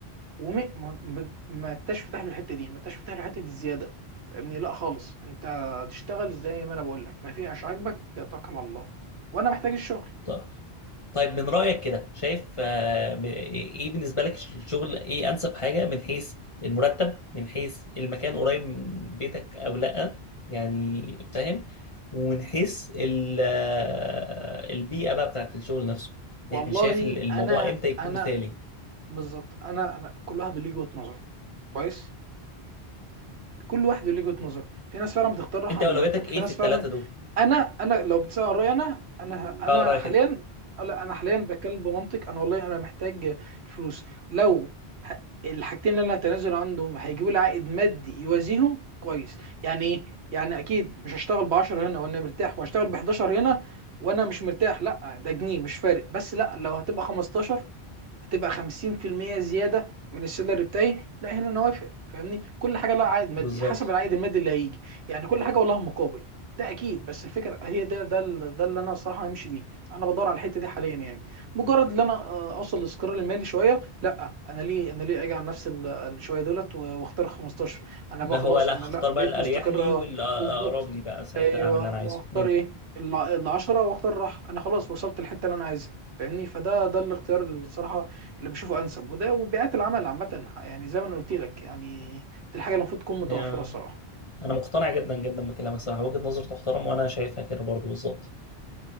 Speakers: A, on the right; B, on the left.
A: وما ما ما انتش فاتح له الحته دي ما انتش فاتح له حته الزياده فاهمني لا خالص انت تشتغل زي ما انا بقول لك ما فيهاش عاجبك توكل على الله وانا محتاج الشغل
B: طيب طيب من رأيك كده شايف آه، م- ايه بالنسبة لك الشغل ايه انسب حاجة من حيث المرتب من حيث المكان قريب من بيتك او لا يعني فاهم ومن حيث ال- آه، البيئة بقى بتاعت الشغل نفسه
A: والله
B: يعني شايف ال- الموضوع
A: انا
B: امتى يكون
A: انا
B: مثالي
A: بالظبط انا انا كل واحد ليه وجهه نظر كويس كل واحد ليه وجهه نظر في ناس فعلا بتختار راحه
B: انت
A: من
B: اولوياتك
A: مرتبه وفي
B: ايه
A: ناس
B: في الثلاثة
A: فعلا
B: دول
A: انا انا لو بتسال عن رايي انا انا انا
B: اه رأيك
A: حاليا
B: انت
A: لا انا حاليا بتكلم بمنطق انا والله انا محتاج الفلوس لو ح- الحاجتين اللي انا هتنازل عنهم هيجيبوا لي عائد مادي يوازيهم كويس يعني ايه يعني اكيد مش هشتغل ب 10 هنا وانا مرتاح وهشتغل ب 11 هنا وانا مش مرتاح لا ده جنيه مش فارق بس لا لو هتبقى 15 هتبقى 50% زياده من السالري بتاعي لا هنا انا وافق فاهمني كل حاجه لها عائد مادي
B: بالظبط
A: حسب العائد المادي اللي هيجي يعني كل حاجه ولها مقابل ده اكيد بس الفكره هي ده ده ال- ده اللي انا الصراحه همشي بيه انا بدور على الحته دي حاليا يعني مجرد ان انا آه، اوصل للاستقرار المالي شويه لا انا ليه انا ليه اجي على نفس ال- الشويه دولت و- واختار 15 انا
B: لا
A: بقى خلاص
B: هو لا
A: انا
B: هختار
A: لا بقيت
B: بقى الاريح
A: مستقر
B: لي
A: اه
B: والاقرب
A: بالظبط
B: لي بقى ساعتها
A: ايوه
B: اعمل اللي انا عايزه
A: واختار ايه ال 10 واختار راحه انا خلاص وصلت الحته اللي انا عايزها فاهمني فده ده الاختيار الصراحه اللي بشوفه انسب وده وبيئات العمل عامه يعني زي ما انا قلت لك يعني دي الحاجه اللي المفروض تكون متوفره
B: امم
A: صراحه
B: انا مقتنع جدا جدا بكلامك صراحه وجهه نظر تحترم وانا شايفها كده برضو بالظبط